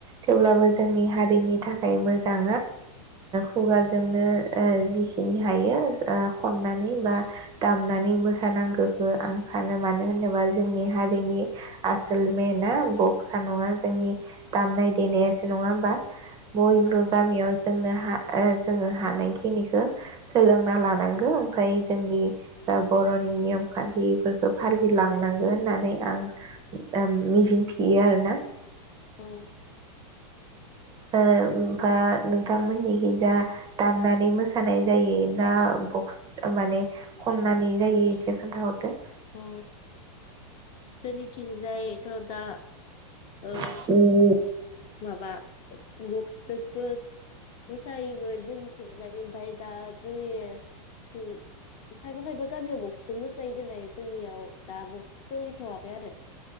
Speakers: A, on the right (about 25°); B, on the left (about 35°).
A: थेवब्लाबो
B: औ
A: जोंनि हारिनि थाखा खाय मोजां ओ खुगाजोंनो जिखिनि हायो खननानै बा दामनानै मोसानांगौ हो आं सानो मानो होनोबा जोंनि हारिनि आसोल मेनाआ बक्सा नङा जोंनि दामनाय देनायासो नङा होमबा बयबो
B: औ
A: गामियाव जोंनो हा ओ जोङो हानायखिनिखो सोलोंना लानांगौ ओमफ्राय जोंनि जा बरनि नियम खान्थिफोरखौ फालिलांनांगोन होननानै आं मिजिं थियो आरोना
B: औ।
A: ओ बा नोंथांमोननिखि जा दामनानै मोसानाय जायो ना बक्स माने खननानै जायो एसे खोन्थाहरदो
B: अ सोरनिथिंजायथ दा ओ
A: खोन्थाहरदो
B: माबा बक्सजोंबो मोसायोमोन जों थिंजाय ओमफाय दा जोंनि थिं खायफा खायफा गामियाव बक्सजों मोसायो दोनाय जोंनियाव दा बक्स सोहैथवाखै आरो।